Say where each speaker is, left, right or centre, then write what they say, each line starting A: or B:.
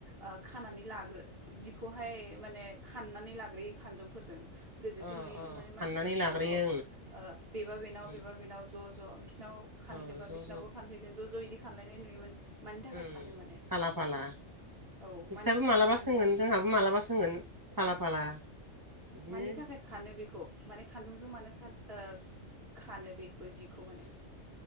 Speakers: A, on the right; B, on the right.
A: ओ खाननानै लाग्रोयो जिखौहाय माने खाननानै लाग्रोयो खानजंफोरजों। गोदोथ
B: अ
A: नुयोमोन
B: अ
A: माने मानसिफ्रा
B: हाननानै
A: ज
B: लाग्रोयो
A: ज ओ बेबा बेनाव
B: ओं
A: बेबा बेनाव ज ज बिज बिसिनाव खानहैदोंबा
B: औ ज'
A: बिसिनावबो फानफैगोन ज ज इदि खानलायनाय नुयोमोन। मानि थाखाय
B: उम
A: खानो माने
B: फाला फाला नोंस्राबो
A: औ मानि थाखाय
B: माबलाबा
A: खाननो
B: सोंगोन
A: माने
B: जोंहाबो माबलाबा सोंगोन फाला फाला बिदिनो
A: मानि थाखाय खानो बेखौ? माने खानजंजों मानो खान ओ खानो बेखौ जिखौहाय।